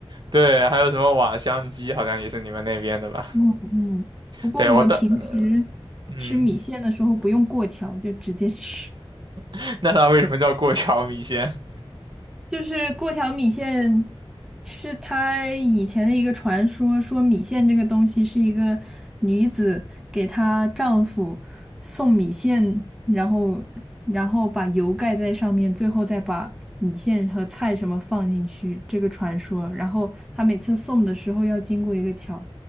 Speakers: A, on the right; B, in the centre.
A: 对，还有什么瓦香鸡，好像也是你们那边的吧？
B: 嗯嗯，不过我们平时
A: 对，我的，嗯。
B: 吃米线的时候不用过桥，就直接吃。
A: <laughs> 那它为什么叫过桥米线？
B: 就是过桥米线是他以前的一个传说，说米线这个东西是一个女子给她丈夫送米线，然后然后把油盖在上面，最后再把米线和菜什么放进去，这个传说。然后她每次送的时候要经过一个桥，